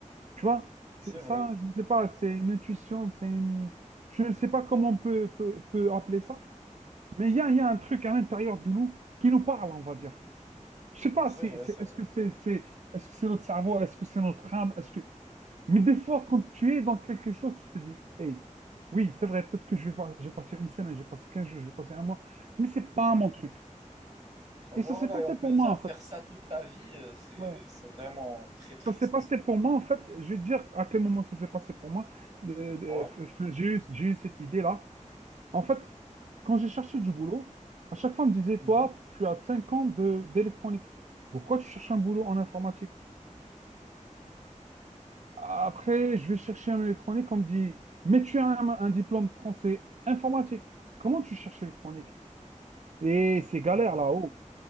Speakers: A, on the right (about 60°); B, on the right (about 30°).
A: Tu vois, c'est
B: c'est
A: ça,
B: vrai,
A: je ne sais pas. C'est une intuition. C'est une- Je ne sais pas comment on peut, peut, peut appeler ça. Mais il y a, il y a un truc à l'intérieur de nous qui nous parle, on va dire. Je sais pas,
B: c'est
A: c'est,
B: vrai,
A: c'est,
B: c'est
A: est-ce
B: vrai.
A: que c'est, c'est, est-ce que c'est notre cerveau? Est-ce que c'est notre âme? Est-ce que... Mais des fois, quand tu es dans quelque chose, tu te dis, hey, oui, c'est vrai, peut-être que je vais pas- j'ai passé une semaine, j'ai passé 15 jours, j'ai passé un mois, mais c'est pas mon truc.
B: Voilà,
A: Et ça s'est passé
B: et en plus
A: pour
B: de
A: moi,
B: ça,
A: en
B: faire
A: fait.
B: ça toute ta vie, euh, c'est
A: Ouais.
B: c'est vraiment très triste.
A: Ça s'est passé pour moi, en fait. Je vais te dire à quel moment ça s'est passé pour moi. Euh, euh,
B: Ouais.
A: f- f- j'ai eu, j'ai eu cette idée-là. En fait, quand j'ai cherché du boulot, à chaque fois, on me disait,
B: Mhm.
A: toi, tu as 5 ans de d'électronique. Pourquoi tu cherches un boulot en informatique? Après, je vais chercher un électronique, on me dit, mais tu as un, un diplôme français informatique. Comment tu cherches électronique? Et c'est galère
B: Ouais.
A: là-haut.